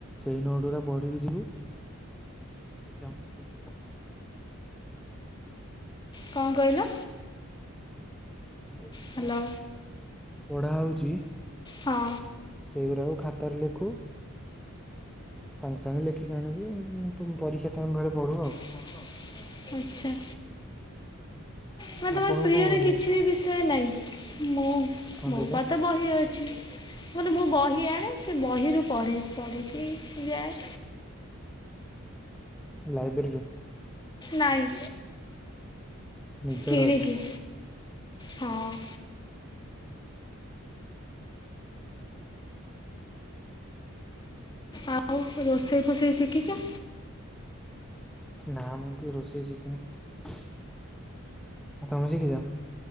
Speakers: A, in the centre; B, on the left (about 20°).
A: ସେଇ ନୋଟ ଗୁଡା ପଢିକି ଯିବୁ। <inaudible>
B: କଣ କଇଲ?
A: <unintelligible>
B: ହ୍ୟାଲୋ
A: ପଢା ହଉଛି
B: ହଁ।
A: ସେଇଗୁଡ଼ାକୁ ଖାତାରେ ଲେଖୁ। ସାଙ୍ଗ୍ ସାଙ୍ଗ୍ ଲେଖିକି ଆଣିକି ପରୀକ୍ଷା ଟାଇମେ ବେଳେ ବଢୁ ଆଉ।
B: <inaudible> ଆଚ୍ଛା। ମେ ତ
A: ଆପଣଙ୍କୁ
B: ମୋ ପ୍ରିୟରେ
A: କଣ ଭଲ
B: କିଛି
A: ଲାଗେ
B: ବିଷୟ ନାହିଁ? ମୁଁ
A: କଣ
B: ମୋ
A: କହିଲେ
B: ଉପ ତ ବହି ଅ ମୁଁ କଲି ମୋ ବହି ଆଣେ ସେ ବହିରୁ ପଢ଼େ। ପଢ଼ିକି ଯାଏ।
A: ଲାଇବ୍ରେରୀରୁୁ।
B: ନାଇଁ,
A: ନିଜର
B: କିଣିକିି।
A: ଅଛି
B: ହଁ। ଆଉ ରୋଷେଇ ଫୋଷେଇ ଶିଖିଛ?
A: ନା ମୁଁ କେବେ ରୋଷେଇ ଶିକିନି। ଆଉ ତମେ ଶଖିଚ?